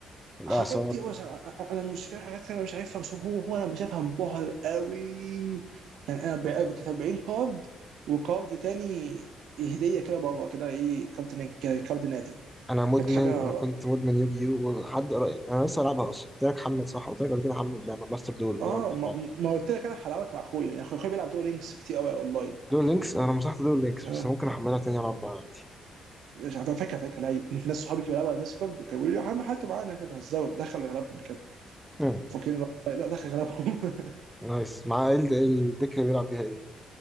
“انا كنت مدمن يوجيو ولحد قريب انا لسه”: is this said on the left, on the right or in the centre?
Centre